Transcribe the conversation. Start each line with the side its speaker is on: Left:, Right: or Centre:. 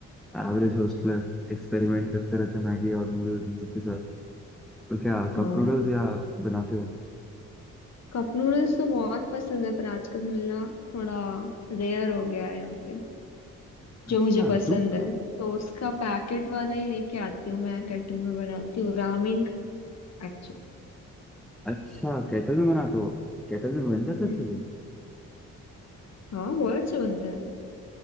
Centre: एवरेज हॉस्टलर एक्सपेरिमेंट करते रहते हैं मैगी और नूडल्स इन सबके साथ तो क्या
Left: हाँ
Centre: कप नूडल्स या बनाते हो
Left: कप नूडल्स तो बहुत पसंद है पर आजकल मिलना थोड़ा रेयर हो गया है यहाँ पे
Centre: अच्छा
Left: जो मुझे पसंद
Centre: क्यों
Left: है तो उसका पैकेट वाले ही लेके आती हूँ मैं केटल में बनाती हूँ रामेन एक्चुअली
Centre: अच्छा केटल में बनाते हो केटल में बन जाता
Left: हम्म
Centre: है अच्छे से
Left: हाँ बहुत अच्छा बनता है